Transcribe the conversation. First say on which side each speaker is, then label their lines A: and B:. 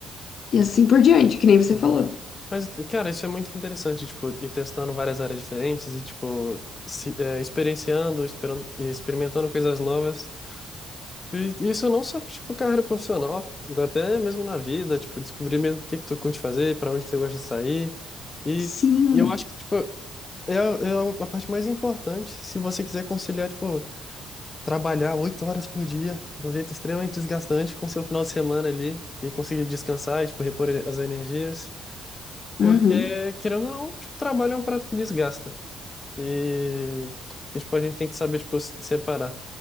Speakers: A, on the left; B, on the left.
A: e assim por diante, que nem você
B: Uhum.
A: falou.
B: Mas, cara, isso é muito interessante, tipo, ir testando várias áreas diferentes e, tipo, se, é, experienciando, esperando, experimentando coisas novas. E isso não só pra, tipo, carreira profissional, dá até mesmo na vida, tipo, descobrir mesmo o que que tu curte fazer, pra onde você gosta de sair. E,
A: Sim.
B: e eu acho que, tipo, é, a- é a a parte mais importante se você quiser conciliar, tipo, trabalhar oito horas por dia, de um jeito extremamente desgastante, com seu final de semana ali, e conseguir descansar e, tipo, repor as energias.
A: Uhum.
B: Porque, querendo ou não, tipo, trabalho é um prato que desgasta. E, e, tipo, a gente tem que saber, tipo, se- separar.